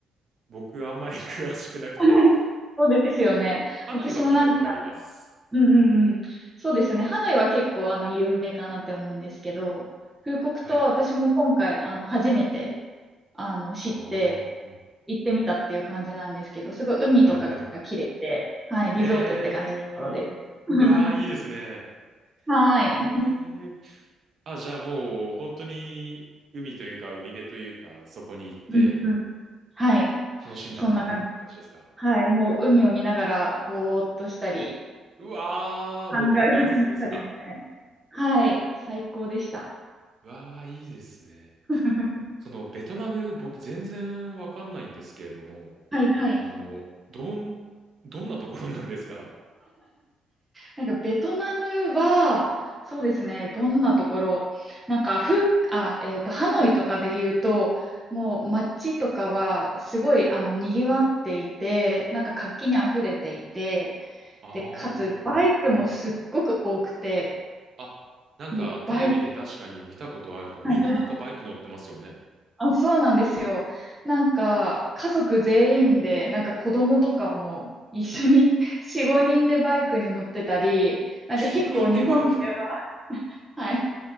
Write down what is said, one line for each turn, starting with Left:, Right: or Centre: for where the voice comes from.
Right: 僕あんまり <laughs> 詳しくなくて、
Centre: <laughs> そうですよね。
Right: ハノイは聞いたことあります。
Centre: 私もなんか、うんうんうん。そうですよね。ハノイは結構あの有名かなって思うんですけど、フーコク島は私も今回あの初めて
Right: はい。
Centre: あの知って
Right: ああ、
Centre: 行ってみたっていう感じなんですけど、すごい海とかが綺麗で、
Right: なるほど。
Centre: はい、リゾートって感じなので。
Right: ええー、
Centre: <laughs>
Right: うわあ、いいですね。
Centre: はい。
Right: ええあ、じゃあもう本当に海というか海辺というかそこに行って
Centre: <laughs> うんうん。はい。
Right: 楽しんだっていう感じですか
Centre: そんな感じ。はい。もう海を見ながらぼーっとしたり、
Right: うわー、
Centre: 考え事したりみたいな。
Right: もうバカンスですか
Centre: はい。最高でした。
Right: うわー、いいですね。
Centre: <laughs>
Right: そのベトナム僕全然わかんないんですけれども、
Centre: はいはい。
Right: あの、どん、どんなところなんですか
Centre: なんかベトナムは、そうですね、どんなところ、なんかフあ、えーと、ハノイとかで言うと、もう街とかはすごいあの賑わっていて、なんか活気にあふれていて、
Right: あ
Centre: で、かつバイクもすっごく多くて、
Right: ー。あ、なんかテレビで確かに見たことあるかも。
Centre: もうバイク、はいはい
Right: みんななんかバイク乗ってますよね。
Centre: あ、そうなんですよ。なんか、家族全員で、なんか子供とかも一緒に4、<laughs> 5人でバイクに乗ってたり、なんか結構日本では、
Right: 4、5人でバイク。
Centre: <laughs> はい、